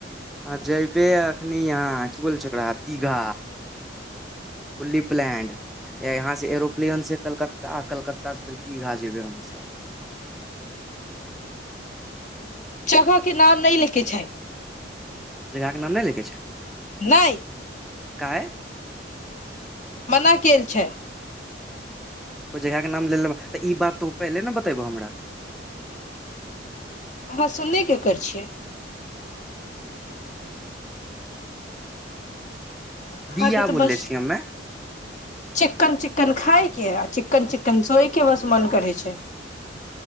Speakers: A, in the centre; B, on the left.
A: ह जैबे अखनी आहा गोलचक्करा दीघा फुली प्लैड य एएहा स एरोप्लेन स कलकत्ता कलकत्ता से दीघा जेबे हम सब
B: जगह के नाम नहि ले के छै
A: जगह के नाम नहि लिखै छै
B: नहि
A: काय
B: मना केल छै
A: कोइ जगहके नाम लेलहु तऽ ई बात तू पहिले ने बतयबहु हमरा
B: अहाँ सुने के कर छियै अहाँके
A: दिया
B: तऽ
A: बोलले
B: बस
A: छीिय हमे
B: चिक्कन चिक्कन खाायके आ चिक्कन चिक्कन सोयके बस मन करै छै